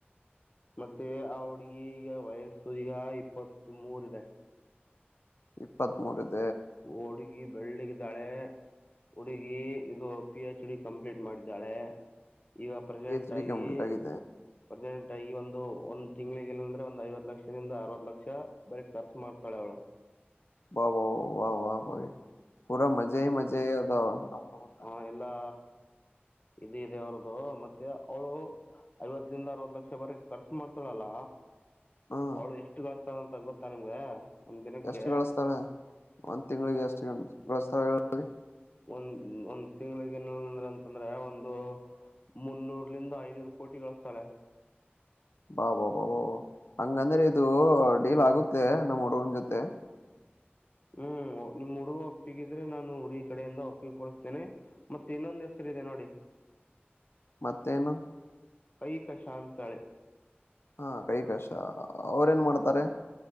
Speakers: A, on the left; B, on the left.
A: ಮತ್ತೆ ಆ ಹುಡ್ಗಿ ಈಗ ವಯಸ್ಸು ಈಗ ಇಪ್ಪತ್ ಮೂರ್ ಇದೆ.
B: ಇಪ್ಪತ್ತ್ ಮೂರನೆಯದು.
A: ಓಡುಗಿ ಬೆಳ್ಳಗಿದಾಳೆ. ಹುಡುಗಿ ಇದು ಪಿ ಹೆಚ್ ಡಿ ಕಂಪ್ಲೀಟ್ ಮಾಡಿದ್ದಾಳೆ. ಈಗ ಪ್ರೆಸಡೆಂಟ್
B: ಪಿಎಚ್
A: ಆಗಿ
B: ಡಿ ಕಂಪ್ಲೀಟ್ ಆಗಿದೆ
A: ಪ್ರೆಸೆಂಟ್. ಈ ಒಂದು ಒಂದ್ ತಿಂಗಗಳಿಗೆ ಇಲ್ಲಂದ್ರೆ ಒಂದು ಐವತ್ ಲಕ್ಷದಿಂದ ಅರವತ್ ಲಕ್ಷ ಬರಿ ಖರ್ಚು ಮಾಡ್ತಾಳೆ ಅವಳು.
B: ವಾ ವಾ ವಾ ವಾಹ್ ವಾ ಭ. ಪೂರಾ ಮಜೆ ಹ ಮಜೆ ಅದಾವ. ನಮ್ ಹುಡುಗಂದಾಗ.
A: ಹಾ ಎಲ್ಲಾ. ಇದ ಇದೆ ಅವ್ರ್ದು ಮತ್ತೆ ಅವಳು ಐವತ್ತಲಂದ ಅರವತ್ ಲಕ್ಷ ಬರ ಖರ್ಚು ಮಾಡ್ತಾಳಲ್ಲ.
B: ಹ್ಮ್
A: ಅವಳು ಎಷ್ಟು. ಅಂತಾ ಗೊತ್ತಾ ನಿಮ್ಗ. ಒಂದ್ ದಿನಕ್ಕೆ.
B: ಎಷ್ಟು ಗಳಿಸ್ತಾಳೆ ಒಂದ್ ತಿಂಗಳಿಗೆ ಎಷ್ಟು. <inaudible> ಪ್ರಸ್ತಲ್ಲಿ ಹೇಳ್ತನಿ.
A: ಒಂದ ಒಂದ್ ತಿಂಗಳಿಗೆ ಏನಂದ್ರ ಅಂತಂದ್ರೆ ಒಂದು ಮುನ್ನೂರ್ಲಂದ ಐನೂರು ಕೋಟಿ ಗಳಿಸ್ತಾಳೆ.
B: ಬಾ ಬಾ ಬ ಬ್ ಹಂಗಂದ್ರೆ ಇದು ಡೀಲ್ ಆಗುತ್ತೆ ನಮ್ಮ್ ಹುಡುಗನ ಜೊತೆ.
A: ಹ್ಮ್ ನಿಮ್ ಹುಡುಗ ಒಪ್ಪಿಗಿದ್ರೆ ನಾನು ಹುಡುಗಿ ಕಡೆಯಿಂದ ಒಪ್ಪಿಗೆ ಕೊಡಿಸತೇನೆ ಮತ್ತ ಇನ್ನೊಂದ್ ಹೆಸರ ಇದೆ ನೋಡಿ.
B: ಮತ್ತೇನು.
A: ಐಕ ಶಾಂತಳೆ.
B: ಹಾ ಕೈ ಕಶ ಅವ್ರೇನ್ ಮಾಡ್ತಾರೆ.